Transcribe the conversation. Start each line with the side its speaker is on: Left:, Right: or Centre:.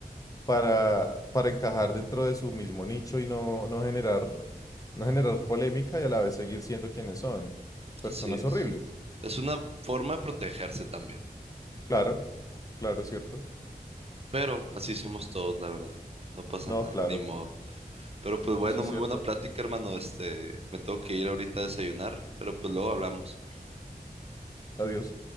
Left: para, para encajar dentro de su mismo nicho y no, no generar, no generar polémica y a la vez seguir siendo quienes son, personas
Right: así es.
Left: horribles.
Right: Es una forma de protegerse también.
Left: Claro, claro, es cierto.
Right: Pero así somos todos, la verdad. No pasa
Left: No,
Right: nada,
Left: claro,
Right: ni modo. Pero pues bueno,
Left: eso es
Right: muy
Left: cierto.
Right: buena plática, hermano. Este, me tengo que ir ahorita a desayunar, pero pues luego hablamos.
Left: Adiós.